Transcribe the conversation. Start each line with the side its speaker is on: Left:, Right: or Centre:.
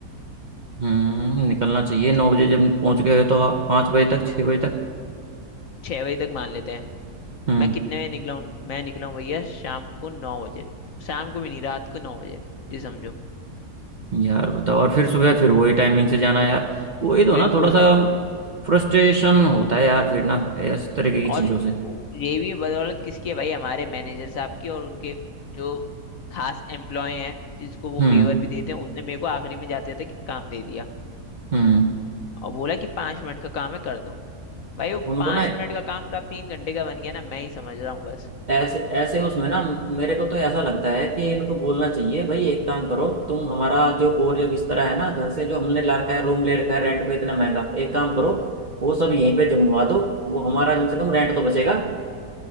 Right: हम्म निकलना चाहिए नौ बजे जब पहुंच गए हो तो पाँच बजे तक छः बजे तक
Left: छह बजे तक मान लेते हैं
Right: हम्म
Left: मैं कितने बजे निकला हूँ मैं निकला हूँ भैया शाम को नौ बजे शाम को भी नहीं रात को नौ बजे जी समझो
Right: यार बताओ और फिर सुबह फिर वही टाइमिंग से जाना यार वही तो
Left: बिल्कुल
Right: ना थोड़ा सा फ्रस्ट्रेशन होता है यार फिर ना इस तरीके की
Left: और
Right: चीजों
Left: ये
Right: से
Left: भी बदौलत किसकी है भाई हमारे मैनेजर साहब की और उनके जो खास एम्प्लॉय हैं जिसको वो
Right: हम्म
Left: फेवर भी देते हैं उसने मेरे को आखिरी में जाते जाते काम दे दिया
Right: हम्म
Left: और बोला कि पांच मिनट का काम है कर दो भाई वो
Right: उनको
Left: पांच
Right: ना
Left: मिनट का काम कब तीन घंटे का बन गया ना मैं ही समझ रहा हूँ बस
Right: ऐसे ऐसे उसमें ना मेरे को तो ऐसा लगता है कि इनको बोलना चाहिए भाई एक काम करो तुम हमारा जो बोर या बिस्तरा है ना घर से जो हमने ला रखा है रूम ले रखा है रेंट पे इतना महंगा एक काम करो वो सब यहीं पे जमवा दो वो हमारा कम से कम रेंट तो बचेगा